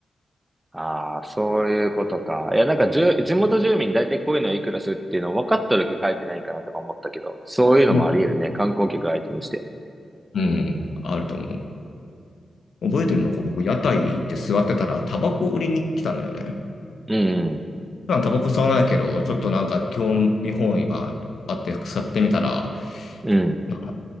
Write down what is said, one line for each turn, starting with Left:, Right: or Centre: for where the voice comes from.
Right: ああ、そういうことか。いや、なんかじゅ、地元住民大体こういうのいくらするっていうのを分かった時書いてないかなとか思ったけど、そういうのもあり得るね。
Left: もう
Right: 観光客相手にして。
Left: うん、あると思う。覚えてるのが僕、屋台行って座ってたら、タバコ売りに来たのよね。
Right: うん、
Left: 普段タバコ吸わないけど、ちょっとなんか興味本位があって吸ってみたら、
Right: うん、
Left: なんか